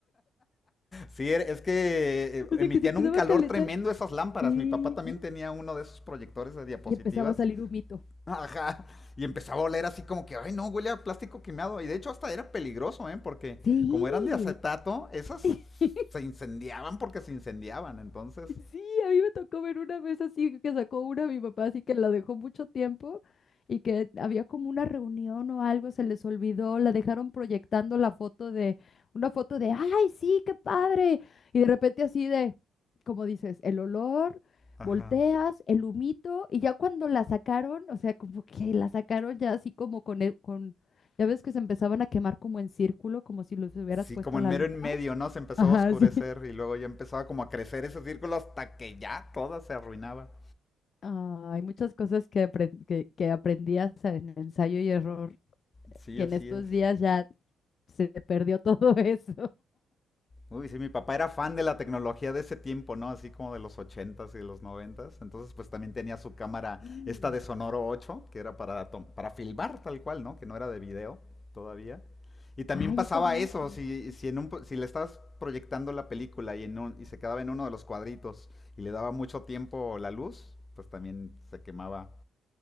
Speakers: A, on the left; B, on the left.
A: Sí, es que eh,
B: O
A: emitían
B: sea, que se empezaba
A: un calor
B: a calentar,
A: tremendo esas lámparas.
B: sí,
A: Mi papá también
B: y,
A: tenía uno de esos proyectores de diapositivas.
B: y empezaba a salir humito.
A: <laughs> Ajá. Y empezaba a oler así como que, ay, no, huele a plástico quemado. Y de hecho hasta era peligroso, ¿eh? Porque
B: Sí.
A: como eran de acetato, esas
B: <laughs>
A: se incendiaban porque se incendiaban. Entonces,
B: Sí, a mí me tocó ver una vez así que sacó una mi papá, así que la dejó mucho tiempo y que había como una reunión o algo, se les olvidó, la dejaron proyectando la foto de, una foto de, ay, sí, qué padre. Y de repente así de, como dices, el olor,
A: ajá.
B: volteas, el humito, y ya cuando la sacaron, o sea, como que la sacaron ya así como con, el- con, ya ves que se empezaban a quemar como en círculo, como si los hubieras
A: Sí,
B: puesto
A: como en
B: la
A: mero
B: lupa.
A: en medio,
B: <laughs>
A: ¿no? Se empezó
B: Ajá,
A: a oscurecer
B: sí.
A: y luego ya empezaba como a crecer ese círculo hasta que ya toda se arruinaba.
B: Ah, hay muchas cosas que, apren- que, que aprendí hasta en ensayo y error,
A: Sí,
B: que
A: así
B: en estos
A: es.
B: días ya se perdió todo <laughs> eso.
A: Uy, sí, mi papá era fan de la tecnología de ese tiempo, ¿no? Así como de los 80s y de los 90s. Entonces, pues también tenía su cámara,
B: Mm.
A: esta de Sonoro 8, que era para, tom- para filmar tal cual, ¿no? Que no era de video todavía. Y también
B: Ay,
A: pasaba
B: esas no
A: eso,
B: las conozco.
A: si, si, en un, po- si le estabas proyectando la película y, en un- y se quedaba en uno de los cuadritos y le daba mucho tiempo la luz, pues también se quemaba